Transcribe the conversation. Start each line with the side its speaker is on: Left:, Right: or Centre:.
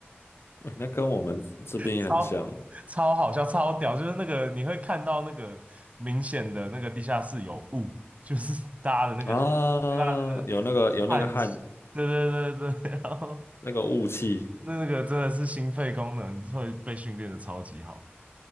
Left: 哎、那跟我们这边也很像
Right: 超超好笑，超屌，就是那个你会看到那个明显的那个地下室有雾，<laughs> 就是大家的那个对啊那个
Left: 啊，有那个有那个汗，
Right: 汗气，对对对对，<laughs> 然后
Left: 那个雾气。
Right: 那个真的是心肺功能会被训练的超级好。